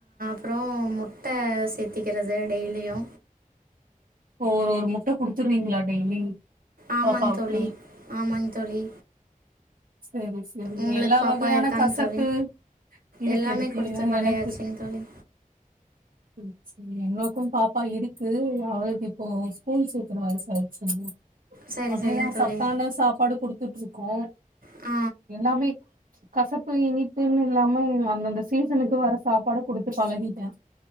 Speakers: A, on the right (about 85°); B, on the right (about 70°).
A: ப்றோ முட்ட சேத்திக்கிறது டெய்லியு
B: ஒரு ஒரு குடுத்துருவிங்ளா டெய்லி
A: ஆமாங்
B: பாப்பாவுக்கு
A: தோழி ஆமாங் தோழி
B: சேரி சே
A: உங்களுக்கு
B: எல்லா
A: பாப்பா
B: வகையான
A: இருக்காங்
B: கசப்பு
A: தோழி
B: இருக்கு
A: எல்லாமே
B: இருக்கு
A: குடுத்து பழயாச்சுங்
B: எனக்கு
A: தோழி
B: ம் செர் என்னோக்கும் பாப்பா இருக்கு அவளுக்கு இப்போ ஸ்கூல் சேக்கற வயசாச்சு
A: சரி
B: அதேதா
A: சரிங் தோழி
B: சத்தான சாப்பாடு குடுத்துட்ருக்கோ
A: ஆ
B: எல்லாமே கசப்பு இனிப்புன்னு இல்லாம அந்தந்த சீசனுக்கு வர சாப்பாட குடுத்து பழகிட்டே